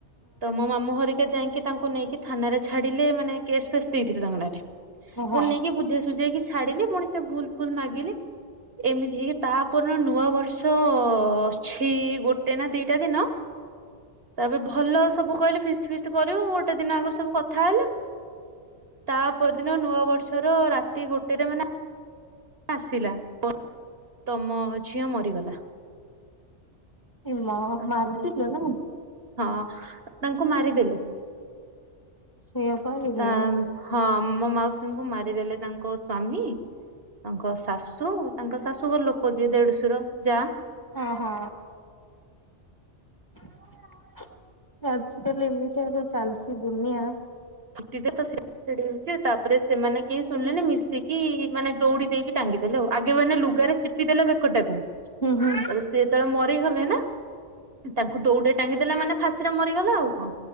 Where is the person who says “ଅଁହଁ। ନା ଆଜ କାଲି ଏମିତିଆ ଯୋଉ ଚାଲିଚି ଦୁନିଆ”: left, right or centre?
Left